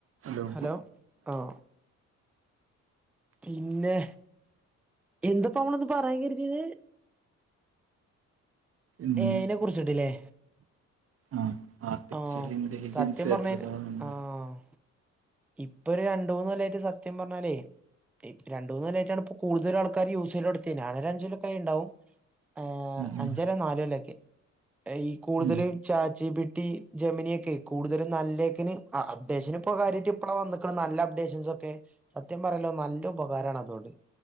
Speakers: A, on the right; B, in the centre.
A: ഹലോ
B: ഹലോ ആഹ് പിന്നെ, എന്തപ്പമ്മളിന്ന് പറയാൻ കെര്തീനെ
A: ഇന്ന്
B: ഏയിനെ കുറിച്ചിട്ടില്ലേ.
A: ആ ആർട്ടിഫിഷ്യൽ
B: ആഹ്
A: ഇന്റലിജൻസ്
B: സത്യം പറഞ്ഞ്
A: എത്രത്തോളം
B: കഴിഞ്ഞ
A: നമ്മളെ
B: ആഹ് ഇപ്പൊ ഒരു രണ്ട് മൂന്ന് കൊല്ലായിട്ട് സത്യം പറഞ്ഞാലേ. ഇ രണ്ടുന്ന് കൊല്ലയിട്ടാണ് ഇപ്പോ കൂടുതല് ആൾക്കാര് യൂസോടുത്ത് ഞാന് ഒരു അഞ്ച് കൊല്ലോക്കെ ആയിട്ടുണ്ടാവും ആഹ്
A: ഉം
B: അഞ്ചല്ല നാല് കൊല്ല ഒക്കെ ഈ കൂടുതലും
A: ഉം
B: ചാറ്റ്ജിപി റ്റി ജമിനിയൊക്കെ കൂടുതലും നല്ലേക്കിന് അപ്ഡേഷന് ഇപ്പോ കാര്യട്ട് ഇപ്പള വന്നക്കണ നല്ല അപ്ഡേഷൻസ് ഒക്കെ. സത്യം പറയല്ലോ നല്ല ഉപകാരണ് അതുകൊണ്ട്